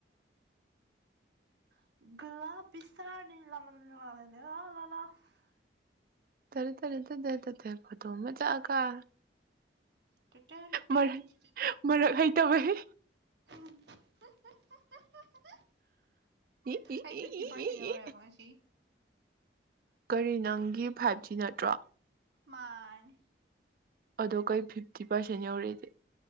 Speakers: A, on the right (about 70°); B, on the right (about 50°).
A: <unintelligible>
B: <unintelligible>
A: <unintelligible>
B: ꯃꯔꯛ ꯃꯔꯛ ꯍꯩꯇꯕꯩ
A: <inaudible>
B: ꯏ ꯏ
A: ꯑꯩ ꯐꯤꯐꯇꯤ
B: ꯏ ꯏ
A: ꯄꯥꯔꯁꯦꯟ
B: ꯏ
A: ꯌꯧꯔꯦꯕ
B: ꯏ
A: ꯉꯁꯤꯒꯤ
B: ꯀꯔꯤ ꯅꯪꯒꯤ ꯐꯥꯏꯚꯖꯤ ꯅꯠꯇ꯭ꯔꯣ
A: ꯃꯥꯥꯟꯅꯤ
B: ꯑꯗꯣ ꯀꯩ ꯐꯤꯐꯇꯤ ꯄꯥꯔꯁꯦꯟ ꯌꯧꯔꯦꯗꯤ